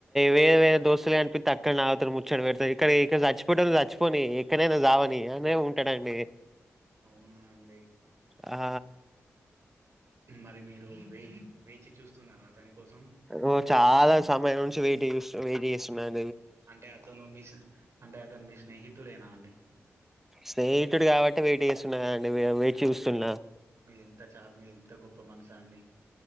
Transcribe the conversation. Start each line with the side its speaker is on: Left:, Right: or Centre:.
Centre: వే వేర దోస్తులే అనిపితే అక్కన్నే ఆగుతారు ము చ్చడ పెడతా ఇక్కడ ఇక్కడ చచ్చిపోట్లు చచ్చిపోని ఎక్కడైనా చావని అనే ఉంటాడండి.
Right: ఉనా అండి
Centre: ఆ
Right: మరి మీరు వే వేచి చూస్తున్నారా అతని కోసం
Centre: ఓ చాలా సమయం నుంచి వెయిట్ చేస్ వెయిట్ చేస్తున్నాను
Right: అంటే అతను మీస్ అంటే అతను మీ స్నేహితుడేనా అండి
Centre: స్నేహితుడు కాబట్టి వెయిట్ చేస్తున్నాండి బాబొయ్ చూస్తున్నా
Right: మీరు ఎంత చ మీరు ఎంత గొప్ప మనసు అండి